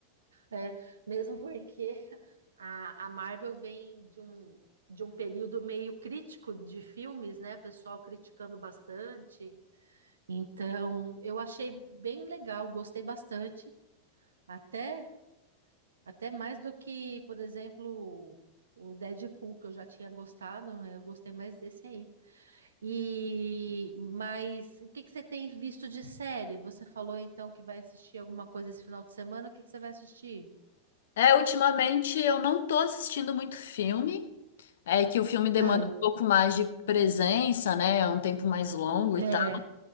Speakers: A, on the right; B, on the left.
A: é, mesmo porque A, a Marvel vem de um, de um período meio crítico de filmes, né? Pessoal criticando bastante. Então, eu achei bem legal, gostei bastante. Até, até mais do que, por exemplo, o Deadpool, que eu já tinha gostado, né? eu gostei mais desse aí. E, mas o que que você tem visto de série? Você falou então que vai assistir alguma coisa esse final de semana, o que que você vai assistir?
B: É, ultimamente eu não tô assistindo muito filme. É que o filme demanda
A: É,
B: um pouco mais de presença, né? É um tempo mais longo
A: é.
B: e tal.